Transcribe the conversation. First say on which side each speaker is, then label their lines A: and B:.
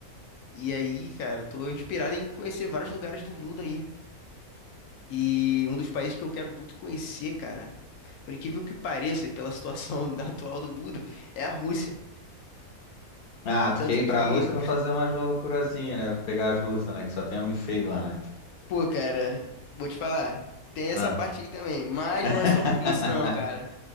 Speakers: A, on the left; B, on the left.
A: E aí, cara, tô inspirado em conhecer vários lugares do mundo aí. E um dos países que eu quero muito conhecer, cara, por incrível que pareça, e pela situação <laughs> da atual do mundo, é a Rússia.
B: Ah, tu
A: Tanto
B: quer ir pra
A: que
B: Rússia pra fazer umas loucurazinhas, né? Pegar as russas, né? Que só tem homem feio lá, né?
A: Pô, cara, vou te falar. Tem
B: Ah.
A: essa parte aí também. Mas
B: <laughs>
A: não é só por isso, não, cara.